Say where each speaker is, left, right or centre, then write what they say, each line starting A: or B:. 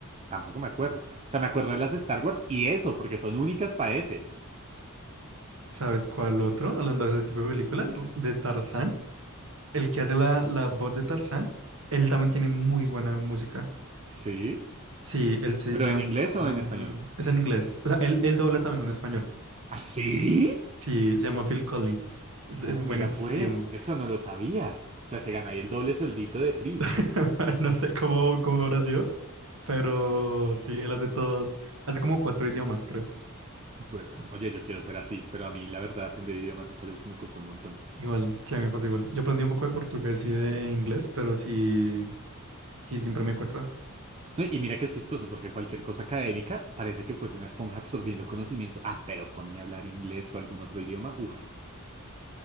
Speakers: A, on the right; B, on the right.
A: tampoco me acuerdo. O sea, me acuerdo de las de Star Wars y eso, porque son únicas para ese.
B: ¿Sabes cuál otro? Hablando de ese tipo de películas, de Tarzán, el que hace la, la voz de Tarzán, él también tiene muy buena música.
A: ¿Sí?
B: Sí, él se
A: ¿Pero
B: llama...
A: en inglés o
B: um,
A: en español?
B: es en inglés. O sea, él, él dobla también en español.
A: ¿Así?
B: Sí, se llama Phil Collins. Es,
A: Ay,
B: es buenísimo.
A: mira, pues, eso no lo sabía. O sea, se gana ahí el doble sueldito de Free.
B: <laughs> No sé cómo, cómo habrá sido, pero sí, él hace todos. Hace como cuatro idiomas, creo.
A: Pues, pues, <laughs> oye, yo quiero ser así, pero a mí la verdad aprender idiomas es algo que me cuesta un montón.
B: Igual, sí, a mí me pasa igual. Yo aprendí un poco de portugués y de inglés, pero sí, sí, siempre me cuesta.
A: No, y mira que es chistoso, porque cualquier cosa académica parece que fuese una esponja absorbiendo conocimiento. Ah, pero ponme a hablar inglés o algún otro idioma. Uf,